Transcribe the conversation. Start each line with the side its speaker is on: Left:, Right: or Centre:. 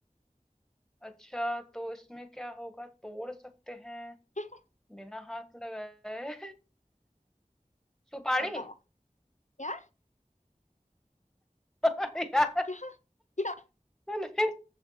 Centre: अच्छा तो इसमें क्या होगा तोड़ सकते हैं
Left: <laughs>
Centre: बिना हाथ लगाए <laughs> सुपारी
Left: बताओ क्या
Centre: <laughs> यार
Left: क्या क्या
Centre: नहीं,